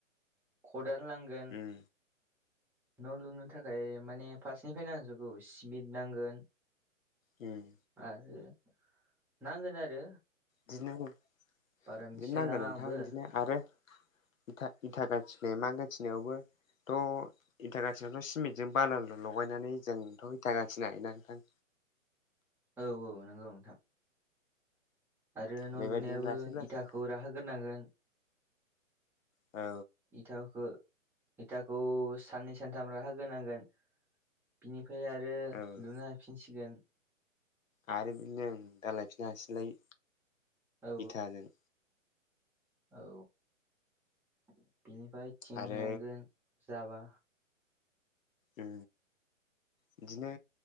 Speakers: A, in the centre; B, on the left.
A: खदान लांगोन
B: ओम
A: न' लुनो थाखाय माने फारसेनिफ्राय नांजोबगौ सिमिट नांगोन
B: ओम
A: आरो नांगोन आरो
B: बिदिनो
A: बारा
B: बिदिनो
A: मिथिलाय
B: नांगोन
A: लाङा
B: नोंथां
A: आंबो
B: बिदिनो आरो इथा इथा गाथिनाय माा गाथिनायावबो थ' इथा गाथिनायावथ' सिमेन्टजों बालाजों लगायनानै जोंथ' इथा गाथिनो हायो ना नोंथां
A: औ औ नंगौ नोंथां आरो न'
B: बेबायदिनो
A: लुनायाबो
B: लासै लासै
A: इथाखौ राहोग्रोनांगोन
B: औ
A: इथाखौ इथाखौ साननै सानथाम राहो ग्रोनांगोन बिनिफ्राय आरो
B: औ
A: लुनो हाफिनसिगोन
B: आरो बिदिनो दा लायफिननो हासिगोनलाय
A: औ
B: इथाजों
A: औ बिनिफ्राय थिं
B: आरो
A: होनांगोन जाबा
B: ओ बिदिनो